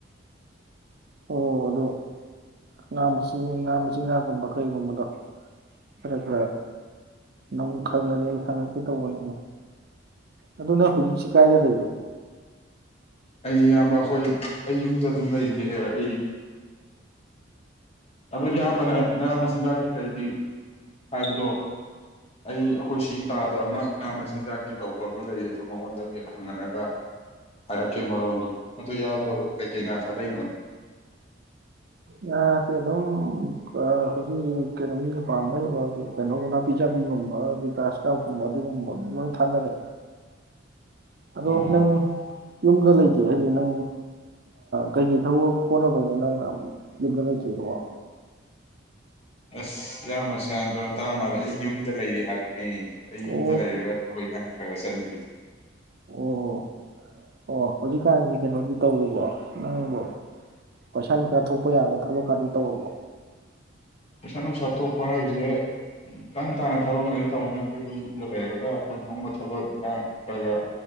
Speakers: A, on the right (about 55°); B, on the left (about 30°).
A: ꯑꯣ ꯑꯗꯣ ꯉꯥ ꯃꯁꯤꯟ ꯉꯥ ꯃꯆꯤꯟ ꯃꯆꯤꯟꯖꯥꯛ ꯒꯨꯝꯕ ꯀꯩꯒꯨꯝꯕꯗꯣ ꯈꯔ ꯈꯔ ꯅꯪ ꯈꯪꯉꯗꯤ ꯍꯪꯉꯛꯀꯦ ꯇꯧꯕꯅꯤꯅ ꯑꯗꯨꯅ ꯍꯧꯖꯤꯛꯁꯤ ꯀꯥꯏꯗ ꯂꯩꯒꯦ
B: ꯑꯩ ꯏꯌꯥꯝꯕ ꯑꯩꯈꯣꯏ ꯑꯩ ꯌꯨꯝꯗ ꯑꯗꯨꯝ ꯂꯩꯔꯤꯒꯦ ꯑꯩ ꯑꯗꯨꯗ ꯌꯥꯝ ꯃ ꯌꯥꯝ ꯃꯁꯥꯛꯀꯤꯦ <inaudible> ꯍꯥꯏꯕꯗꯣ ꯑꯩ ꯑꯩꯈꯣꯏ ꯁꯤꯒꯤ ꯇꯥꯗꯕ ꯑꯃ ꯌꯥꯝꯌꯥꯝ ꯃꯆꯤꯟꯖꯥꯛꯀꯤ ꯇꯧꯕ ꯑ ꯑꯃ ꯂꯩ ꯑꯗꯨ ꯃꯉꯣꯟꯗꯒꯤ ꯍꯪꯉꯛꯑꯒ ꯍꯥꯏꯔꯛꯀꯦ ꯃꯔꯣꯟꯗꯣ ꯑꯗꯨ ꯏꯌꯥꯝꯕꯕꯨ ꯀꯩꯀꯩ ꯉꯥ ꯊꯥꯗꯅꯣꯅꯦ
A: ꯉꯥꯁꯦ ꯑꯗꯨꯝ ꯍꯧꯖꯤꯛ ꯍꯧꯖꯤꯛ ꯀꯩꯅꯣ ꯃꯤꯅ ꯄꯥꯝꯅꯩꯕ ꯀꯩꯅꯣꯒ ꯅꯥꯄꯤ ꯆꯥꯕꯤꯄꯤꯒꯨꯝꯕ ꯑꯗꯩ ꯀ꯭ꯔꯥꯁ ꯀꯥꯞꯀꯨꯝꯕ ꯑꯗꯨꯒꯨꯝꯕ ꯂꯣꯏ ꯊꯥꯖꯔꯦ ꯑꯗꯣ
B: ꯑꯣ
A: ꯅꯪ ꯌꯨꯝꯗ ꯂꯩꯇꯦ ꯍꯥꯏꯗꯤ ꯅꯪ ꯀꯩꯀꯩ ꯊꯕꯛ ꯍꯣꯠꯅꯕꯩꯅꯣ ꯅꯪ ꯌꯨꯝꯗ ꯂꯩꯇ꯭ꯔꯤꯗꯕꯣ
B: ꯑꯁ ꯏꯌꯥꯝꯃꯁꯨ ꯇ ꯇꯔꯥ ꯃꯥꯜꯒ ꯑꯩ ꯌꯨꯝꯗ ꯂꯩꯔꯤ ꯍꯥꯏꯕꯅꯦ ꯑꯩ
A: ꯑꯣ
B: ꯌꯨꯝꯗ ꯂꯩꯔꯒ ꯊꯅ ꯊꯒ ꯆꯠꯒ
A: ꯑꯣ ꯑꯣ ꯍꯧꯖꯤꯛꯀꯥꯟꯁꯤ ꯀꯩꯅꯣꯗꯤ ꯇꯧꯔꯤꯕꯣ ꯅꯪꯕꯣ ꯄꯩꯁꯥ ꯅꯨꯡꯁꯥ ꯊꯣꯛꯄ ꯌꯥꯕ ꯊꯕꯛꯀꯅꯤ ꯇꯧꯔꯕꯣ
B: ꯄꯩꯁꯥ ꯅꯨꯡꯁꯥ ꯊꯣꯛꯄ ꯍꯥꯏꯁꯦ ꯇꯪ ꯇꯥꯅ ꯊꯕꯛ ꯑꯃꯗꯤꯗꯤ ꯇꯧꯕ ꯅꯠꯇꯦ ꯑꯩꯈꯣ ꯌꯨꯝꯗ ꯂꯩꯔꯒ ꯈꯪ ꯐꯪꯕ ꯊꯕꯛ ꯌꯥꯎꯈ꯭ꯔꯒ